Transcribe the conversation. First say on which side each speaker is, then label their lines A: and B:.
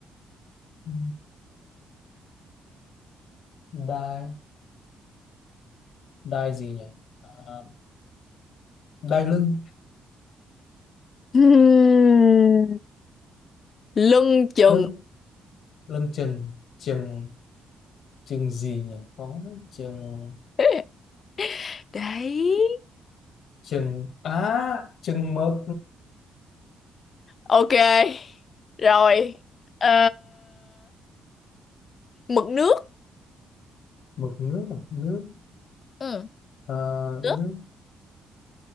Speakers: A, on the left; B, on the left.
A: ừ, đài đài gì nhỉ Ờ, đài lưng
B: Ừm, lưng chừng
A: lưng lưng chừng chừng chừng gì nhỉ có đấy, chừng
B: <laughs> đấy
A: chừng á chừng mực
B: ok rồi Ờ, mực nước
A: mực nước à? nước
B: ừ.
A: Ờ,
B: nước
A: nước